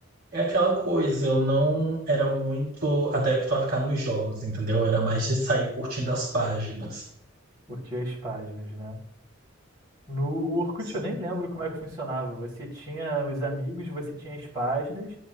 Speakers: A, on the right (about 45°); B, on the right (about 20°).
A: é aquela coisa, eu não era muito adepto a ficar nos jogos, entendeu? Era mais de sair curtindo as páginas.
B: curtia as páginas, né? No o Orkut
A: Sim.
B: eu nem lembro como é que funcionava. Você tinha os amigos, você tinha as páginas,